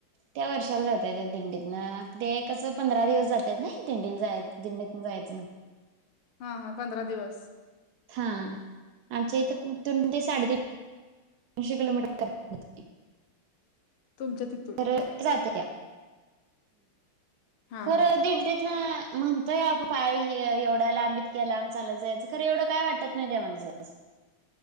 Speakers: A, on the right (about 80°); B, on the left (about 80°).
A: त्या वर्षाला जात्यात्या दिंडीतनं, ते कसं पंधरा दिवस जात्यात नाई दिंडीला जाय दिंडीतंनं जायचं मग.
B: हा, हा. पंधरा दिवस.
A: हा आमच्या इथं तून ते साडेतीन तीनशे किलोमीटर तर <unintelligible>
B: तुमच्या तिथं
A: जात्यात्या
B: हा
A: खरं
B: हा
A: दिंडीतनं... म्हणतोय आपण पाय ह्य एवढा लांब, इतक्या लांब चालत जायाचं खरं एवढं काय वाटत नाही त्या माणसांसनी.